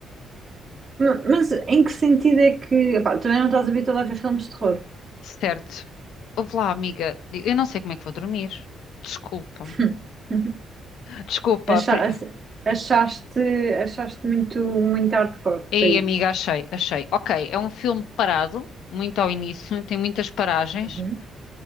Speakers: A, on the right; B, on the left.
A: ma- mas em que sentido é que. Epá, também não estás habituado a ver filmes de terror.
B: Certo. Ouve lá, amiga. Eu não sei como é que vou dormir. Desculpa.
A: <laughs>
B: Desculpa.
A: Acha-
B: pri-
A: Achaste, achaste muito, muito hardcore,
B: Ei,
A: foi
B: amiga,
A: isso.
B: achei, achei. Ok, é um filme parado, muito ao início, tem muitas paragens,
A: Uhum,